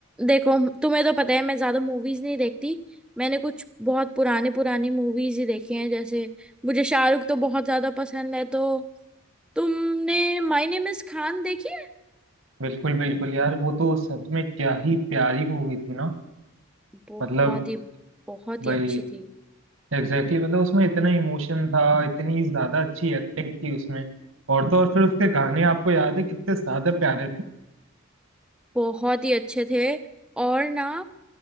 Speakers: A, in the centre; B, on the right (about 65°).
A: देखो तुम्हें तो पता है मैं ज्यादा मूवीज नहीं देखती मैंने कुछ बहुत पुराने पुरानी मूवीज ही देखी हैं जैसे मुझे शाहरुख तो बहुत ज्यादा पसंद है तो तुमने माय नेम इज खान देखी है
B: बिल्कुल बिल्कुल यार वो तो सच में क्या ही प्यारी मूवी थी ना
A: बहुत
B: मतलब
A: ही बहुत
B: भाई
A: ही अच्छी थी
B: एग्जैक्टली exactly, मतलब उसमें इतना इमोशन था इतनी ज्यादा अच्छी एक्टिंग थी उसमें और तो और फिर उसके गाने आपको याद है कितने ज्यादा प्यारे थे
A: बहुत ही अच्छे थे और ना